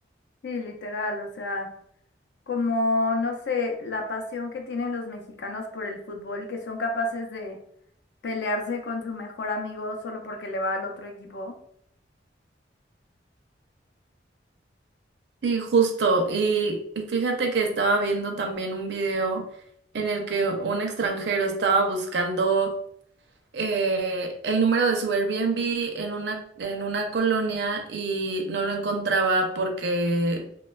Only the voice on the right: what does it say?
Sí, justo. Y y fíjate que estaba viendo también un video en el que un extranjero estaba buscando eh, el número de su Airbnb en una, en una colonia y no lo encontraba porque